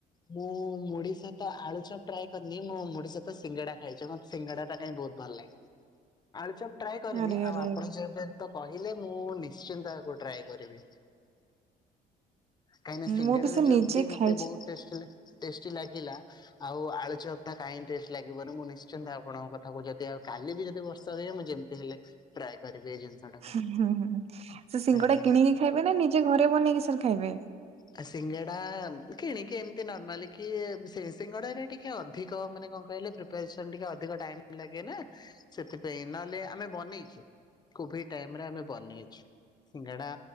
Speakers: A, on the left; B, on the right.
A: ମୁଁ ମୁଢ଼ି ସହିତ ଆଳୁଚପ ଟ୍ରାଏ କରିନି ମୁଁ ମୁଢି ସହିତ ସିଙ୍ଗେଡା ଖାଇଚ ମତେ ସିଙ୍ଗଡା ଟା କାଇଁ ବହୁତ୍ ଭଲ ଲାଗେ। ଆଳୁଚପ୍ ଟ୍ରାଏ କରିନି
B: ଆରେ ଆରେ
A: ଆଉ ଆପଣ
B: ଆରେ
A: ଯେବେ ତ କହିଲେ ମୁଁ ନିଶ୍ଚିନ୍ତ ୟାକୁ ଟ୍ରାଏ କରିବି। କାହିଁକିନା ସିଙ୍ଗିଡାରେ
B: ମୁଁ ବି ସାର୍
A: ଯଦି
B: ନିଜେ
A: ମତେ
B: ଖାଇଛି
A: ବହୁତ ଟେଷ୍ଟି ଟେଷ୍ଟି ଲାଗିଲା ଆଉ ଆଳୁଚପ୍ ଟା କାଇଁ ଟେଷ୍ଟ ଲାଗିବନି ମୁଁ ନିଶ୍ଚିନ୍ତ ଆପଣଙ୍କ କଥାକୁ ଯଦି ଆଉ କାଲି ବି ଯଦି ବର୍ଷା ତ ମୁଁ ଯେମିତି ହେଲେ ଟ୍ରାଏ କରିବି ଏଇ ଜିନିଷ ଟାକୁ।
B: ହୁଁ ହୁଁ, ସେ ସିଙ୍ଗଡା
A: ଆଜ୍ଞା।
B: କିଣିକି ଖାଇବେ ନା ନିଜେ ଘରେ ବନେଇକି ସାର୍ ଖାଇବେ?
A: ଆ ସିଙ୍ଗଡା କିଣିକି ଏମିତି ନର୍ମାଲି କି ସେ ସିଙ୍ଗଡାରେ ଟିକେ ଅଧିକ ମାନେ କଣ କହିଲେ ପ୍ରି ପ୍ରିପାରେସନ ଟିକେ ଅଧିକ ଟାଇମ ଲାଗେ ନା ସେଥିପାଇଁ ନହେଲେ ଆମେ ବନେଇଛୁ। କେଭିଡ୍ ଟାଇମ୍ ରେ ଆମେ ବନେଇଛୁ। ସିଙ୍ଗେଡା